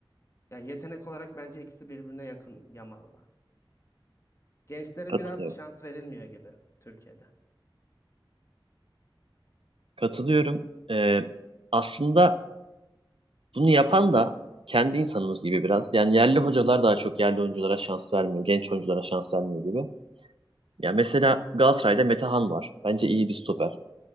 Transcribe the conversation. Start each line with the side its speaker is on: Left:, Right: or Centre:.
Left: Yani yetenek olarak bence ikisi birbirine yakın Yamal'la. Gençlere
Right: Katılıyorum.
Left: biraz şans verilmiyor gibi Türkiye'de.
Right: Katılıyorum. Ee, aslında bunu yapan da kendi insanımız gibi biraz. Yani yerli hocalar daha çok yerli oyunculara şans vermiyor. Genç oyunculara şans vermiyor gibi. Ya mesela Galatasaray'da Metehan var. Bence iyi bir stoper.